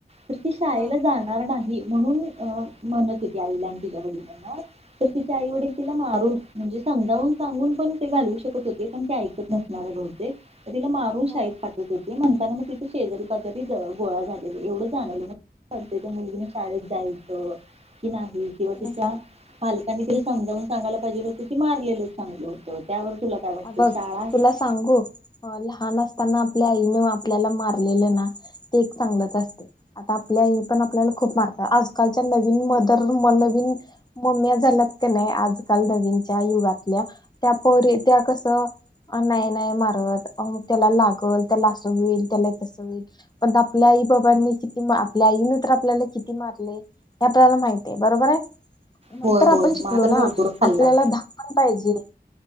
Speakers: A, on the right; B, on the left.
A: तरती शाळेला
B: हा
A: जाणार नाही म्हणून म्हणत हो आईला आणि ति वडलांना तर तिच्या आई वडील तिला मारून म्हणजे समजावून सांगून पण ते घालू शकत होते पण ते ऐकत नसणारे बते तिला मार
B: हा
A: ते म्हणताना मग तिथं शेजारी पाजारी गोळा झालेला एवढं जाणलं मतय मुलगी शाळेत जायचं कि नाही िवतीच्या
B: हा
A: फल तिला समजवून सांगायला पाहिजे होतं की मारलेलंच चांगल होतं त्यावर तुला काय वाटतं
B: अ बघ
A: शाळा आहे
B: तुला सांगू लहान असताना आपल्या आईन आपल्याला मारलेलं ना ते एक चांगलंच असते आता आपल्या आई पण आपल्याला खूप मारतात आजकालच्या नवीन मदर म नवीन मम््या झाल्यात का नाही आजकाल नवीनच्या युगातल्या त्याप त्या कसं नाहीय नय मारतग त्याला लागल त्याला असं होईल त्याला तसं होईल पण आपल्या आई बाबांनी किती आपल्या आईन तर आपल्याला किती मारले हे आपल्याला माहित आहे बरोबर आहे नंतर
A: होय होय
B: आपण शिकलो
A: मार तर भरपूर
B: ना
A: खाल्लाय.
B: आपल्याला धाक पण पाहिजे